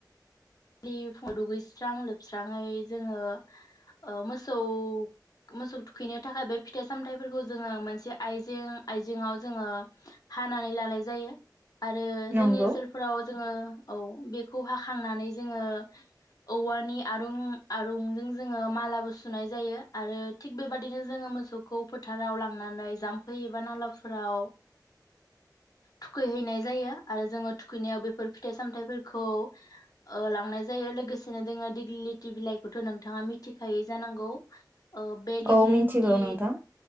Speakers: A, on the left (about 55°); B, on the right (about 25°).
A: खालि फुङाव दुगैस्रां लोबस्राङै जोङो ओ मोसौ मोसौ थुखैनो थाखाय बे फिथाइ सामथाइफोरखौ जोङो मोनसे आयजें आइजेेंआव जोङो हानानै लानाय जायो आरो
B: नंगौ
A: जोंनि ओनसोलफोराव ओ औ बेखौ हाखांनानै जोङो औवानि आरुं आरुंजों जोङो मालाबो सुनाय जायो आरो थिग बेबादिनो जोङो मोसौखौ फोथाराव लांनानै जाम्फै एबा नालाफोराव थुखैहैनाय जायो आरो जोङो थुखैनायाव बेफोर फिथाइ सामथायाइफोरखौ ओ लांनाय जायो लोगोसेनो दोङो दिग्लि लथि बिलाइखौथ नोंथाङा मिथिखागौ जानांगौ आ बेलिगलिथि
B: औ मिथिगौ नोंथां